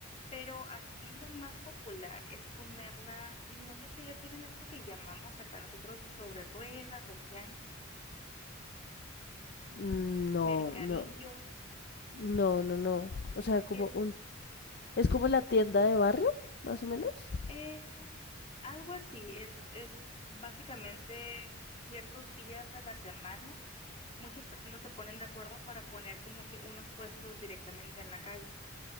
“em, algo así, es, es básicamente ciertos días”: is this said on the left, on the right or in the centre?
Left